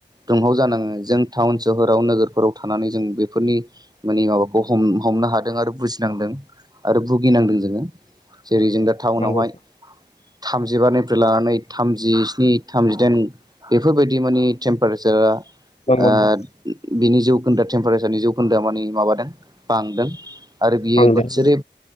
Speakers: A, on the right; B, on the left.
A: दंहाव जानाङो जों टाउन सोहराव नोगोरफोराव थानानै जों बेफोरनि माने माबाखौ हमनो हादों आरो बुजिनांदों आरो भुगिनांदों जोङो जेरै जों दा टाउनावहाय
B: नंगौ
A: थामजिबारनिफ्रायल लानानै थामजिस्नि थामजिदाइन बेफोरबायदि माने टेम्पारेसारा
B: नंगौ
A: बिनि
B: नोंथां
A: जौखोन्दो टेम्पारेसारनि जौखोन्दो माने माबादों बांदों। आरो बियो
B: बांदों
A: बोसोरै